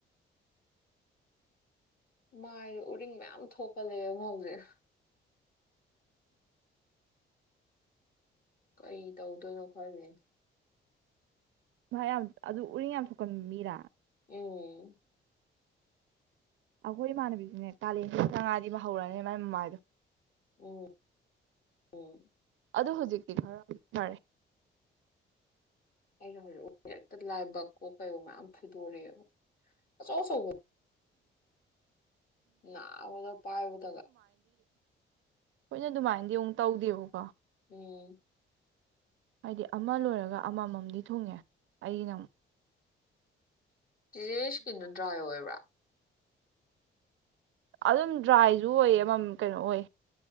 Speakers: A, on the left; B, on the right.
A: ꯃꯥꯏ ꯎꯔꯤꯡ ꯃꯌꯥꯝ ꯊꯣꯛꯀꯜꯂꯛ ꯑꯦꯕ ꯍꯧꯖꯤꯛ ꯀꯩ ꯇꯧꯗꯣꯏꯅꯣ ꯈꯂꯤ
B: ꯃꯥꯢ ꯌꯥꯝ ꯑꯗꯨ ꯎꯔꯤꯡ ꯌꯥꯝ ꯊꯣꯛꯀꯟꯕ ꯃꯤꯔꯥ
A: ꯎꯝ
B: ꯑꯩꯈꯣꯏ ꯏꯃꯥꯟꯅꯕꯤꯁꯨꯅꯦ ꯀꯥꯂꯦꯟ ꯍꯦꯛ ꯆꯪꯂꯛꯑꯗꯤ ꯍꯧꯔꯅꯤ ꯃꯥꯏ ꯃꯃꯥꯏꯗꯣ
A: ꯎꯝ ꯎꯝ
B: ꯑꯗ ꯍꯧꯖꯤꯛꯇꯤ ꯈꯔ ꯐꯔꯦ
A: ꯑꯩꯩꯅ ꯍꯧꯖꯤꯛ ꯍꯦꯛꯇ ꯂꯥꯏꯕꯛꯑꯣ ꯀꯩꯑꯣ ꯃꯌꯥꯝ ꯐꯨꯗꯣꯔꯛꯑꯦꯕ ꯑꯆꯧ ꯑꯆꯧꯕ ꯅꯕꯅ ꯄꯥꯏꯕꯗꯒ
B: ꯈꯣꯏꯅ ꯑꯗꯨꯃꯥꯏꯅꯗꯤ ꯑꯃꯨꯛ ꯇꯧꯗꯦꯕꯀꯣ
A: ꯎꯝ
B: ꯍꯥꯏꯗꯤ ꯑꯃ ꯂꯣꯏꯔꯒ ꯑꯃꯃꯝꯗꯤ ꯊꯨꯡꯉꯦ ꯑꯩꯅ
A: ꯆꯦꯆꯦ ꯁ꯭ꯀꯤꯟꯗꯣ ꯗ꯭ꯔꯥꯏ ꯑꯣꯏꯕ꯭ꯔꯥ
B: ꯑꯗꯨꯝ ꯗ꯭ꯔꯥꯏꯁꯨ ꯑꯣꯏꯌꯦ ꯑꯃꯃꯝ ꯀꯩꯅꯣ ꯑꯣꯏ